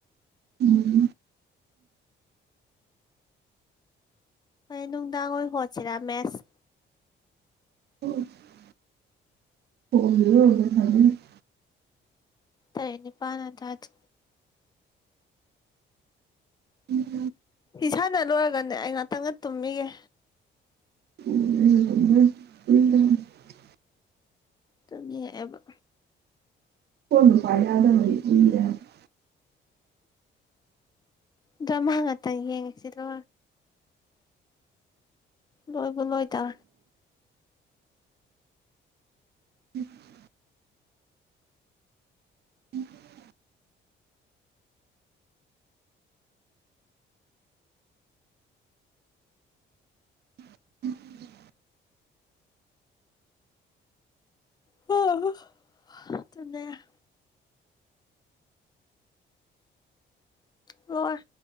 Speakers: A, on the right; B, on the left.
A: ꯎꯝ
B: ꯑꯩ ꯅꯨꯡꯗꯥꯡꯑ‌ꯣꯏ ꯍꯣꯠꯁꯤꯔꯥ ꯃꯦꯁ
A: <unintelligible>
B: ꯇꯔꯦꯠ ꯅꯤꯄꯥꯅ ꯑꯗꯥꯏꯗ
A: <unintelligible>
B: ꯏꯁꯥꯅ ꯂꯣꯏꯔꯒꯅꯦ ꯑꯩ ꯉꯥꯛꯇꯪ ꯉ ꯇꯨꯝꯃꯤꯒꯦ
A: <unintelligible>
B: ꯇꯨꯝꯅꯤꯡꯉꯛꯑꯦꯕ
A: <unintelligible>
B: ꯗ꯭ꯔꯃꯥ ꯉꯥꯛꯇꯪ ꯌꯦꯡꯁꯤꯔꯣ ꯂꯣꯏꯕꯨ ꯂꯣꯏꯗꯥ
A: <unintelligible> <unintelligible> <unintelligible>
B: <unintelligible> ꯇꯨꯝꯅꯤꯡꯉꯦ ꯂꯣꯏꯔꯦ